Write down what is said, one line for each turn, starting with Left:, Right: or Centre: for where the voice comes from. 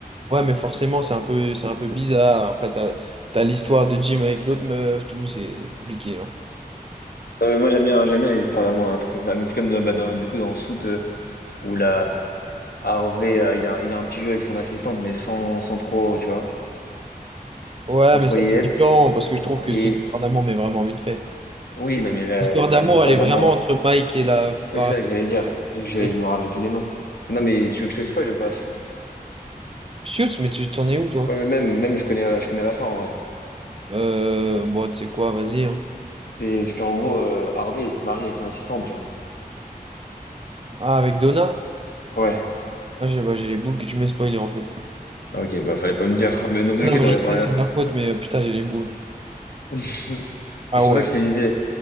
Right: Ouais, mais forcément, c'est un peu, c'est un peu bizarre. Après, t'as, t'as l'histoire de Jim avec l'autre meuf, tout, c'est c'est compliqué, genre.
Left: Non, mais moi, j'aime bien, j'aime bien les histoires d'amour, un truc comme ça. Mais c'est comme dans- bah, dans- du coup dans Soot euh, où la Harvey, euh, il a, il a un petit jeu avec son assistante, mais sans, sans trop, tu vois,
Right: Ouais,
Left: sans trop
Right: mais ça,
Left: y
Right: c'est
Left: être.
Right: différent, parce que je trouve que
Left: Et
Right: c'est une histoire d'amour, mais vraiment vite fait.
Left: oui, non, mais la,
Right: L'histoire d'amour,
Left: et l'histoire
Right: elle est
Left: d'amour.
Right: vraiment entre Mike et la, par
Left: Oui, c'est ça
Right: exemple,
Left: que j'allais dire. Je,
Right: avec
Left: je me rappelle plus des noms. Non, mais tu veux que je te spoil ou pas, Soot
Right: Schultz, mais tu t'en es où, toi?
Left: Ouais, mais même, même je connais, je connais la fin, ouais.
Right: Euh, bon, tu sais quoi, vas-y. hein.
Left: C'est parce qu'en gros, euh, Harvey, il se marie avec son assistante, tu vois.
Right: Ah, avec Donna?
Left: Ouais.
Right: Ah, j'ai bah, j'ai les boules que tu m'as spoilé, en fait.
Left: Ah, Ok, bah fallait pas me dire. <laughs> Mais dans tous
Right: Ah
Left: les
Right: Non,
Left: cas,
Right: mais
Left: t'aurais
Right: je sais,
Left: pas regardé.
Right: c'est ma faute, mais euh, putain, j'ai les boules.
Left: <laughs> Mais
Right: Ah
Left: c'est
Right: ouais.
Left: pour ça que je t'ai dit,